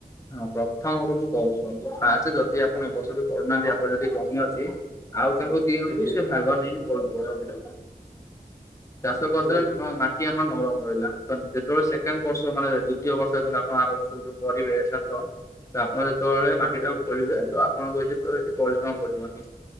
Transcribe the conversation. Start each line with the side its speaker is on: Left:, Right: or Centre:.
Left: ହଁ ପ୍ରଥମରୁ ମୁଁ କହୁଛି ରୁହନ୍ତୁ ଫାଷ୍ଟ ଯଦି ଆ କଣ
Right: ଆଜ୍ଞା
Left: ବର୍ଷଠୁ ତଡୁନାହାନ୍ତି ଆପଣ ଯଦି ଜମି ଅଛି ଆଉ କାହାକୁ ଦିଅନ୍ତୁ
Right: ଆଜ୍ଞା
Left: ସେ ଭାଗ ନେଇକି ଚାଷ କରିଦଲେ
Right: ହୁଁ
Left: ନ ଆମ ନରମ ରହିଲା ତ ଯେତେବେଳେ ସେକେଣ୍ଡ ବର୍ଷ ମାନେ ଦ୍ଵିତୀୟ ବର୍ଷ ଯେତେବେଳେ ଆପଣ ଆର ବର୍ଷ କରିବେ। ଚାଷ ତ ଆପଣ ଯେତେବେଳେ ମାଟି
Right: ଆଜ୍ଞା
Left: ଟାକୁ ଖୋଳିବେ ତ ଆପଣଙ୍କୁ କିଛି ପରିଶ୍ରମ ପଡିବନି।